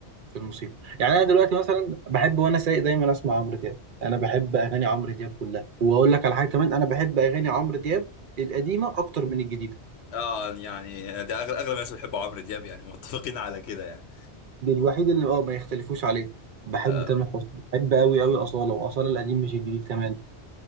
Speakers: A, on the right; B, on the left.
A: في الموسيقى يعني انا دلوقتي مثلا بحب وانا سايق دايما اسمع عمرو دياب انا بحب اغاني عمرو دياب كلها واقول لك على حاجه كمان انا بحب اغاني عمرو دياب القديمه اكتر من الجديده
B: اه يعني ده اغلب اغلب الناس بيحبوا عمرو دياب يعني متفقين على كده يعني
A: دي الوحيد اللي اه ما يختلفوش عليه بحب
B: آه.
A: تامر حسني بحب قوي قوي اصاله واصاله القديم مش الجديد كمان